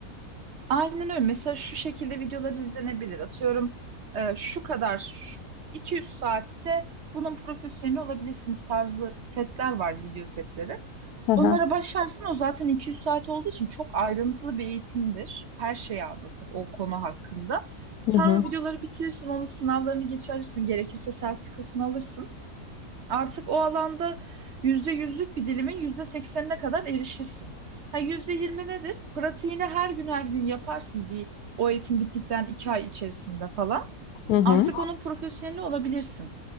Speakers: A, on the right; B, on the left.
A: Aynen öyle. Mesela şu şekilde videolar izlenebilir. Atıyorum e, şu kadar şu- 200 saatte bunun profesyoneli olabilirsiniz tarzı setler var video setleri.
B: Hı hı.
A: Onlara başlarsın o zaten 200 saat olduğu için çok ayrıntılı bir eğitimdir. Her şeyi anlatır o konu hakkında. Sen
B: Hı hı.
A: o videoları bitirirsin, onun sınavlarını geçersin, gerekirse sertifikasını alırsın. Artık o alanda yüzde yüzlük bir dilimin yüzde seksenine kadar erişirsin. Ha, %20 nedir? Pratiğini her gün her gün yaparsın bir o eğitim bittikten 2 ay içerisinde falan.
B: Hı hı.
A: Artık onun profesyoneli olabilirsin.